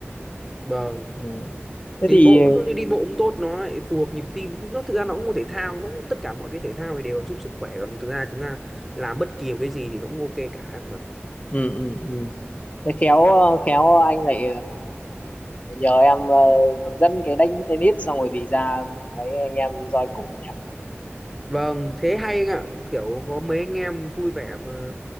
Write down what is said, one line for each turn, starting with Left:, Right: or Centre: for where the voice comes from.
Centre: vâng
Left: ừ. thế
Centre: đi
Left: thì
Centre: bộ thôi đi đi bộ cũng tốt nó lại phù hợp nhịp tim nó thực ra nó cũng một thể thao nó cũng, tất cả mọi cái thể thao thì đều giúp sức khỏe còn thực ra chúng ta làm bất kỳ một cái gì thì nó cũng ok cả mà
Left: ừ ừ ừ thế khéo ờ, khéo anh lại ờ, nhờ em ờ, hướng dẫn cái đánh tennis xong rồi thì ra mấy anh em roi cùng nhỉ
Centre: Vâng, thế hay anh ạ, kiểu có mấy anh em vui vẻ mà